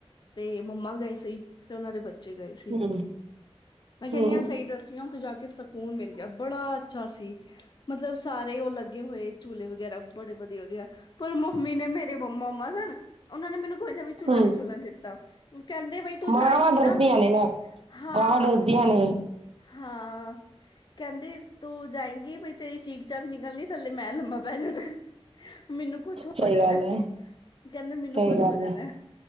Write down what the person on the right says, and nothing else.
ਹਮ
ਹਮ
ਹਮ
ਮਾਵਾਂ ਡਰਦੀਆਂ
ਨੇ ਨਾ
ਮਾਵਾਂ ਡਰਦੀਆਂ ਨੇ
ਸਹੀ
ਗੱਲ ਹੈ
ਸਹੀ
ਗੱਲ
ਹੈ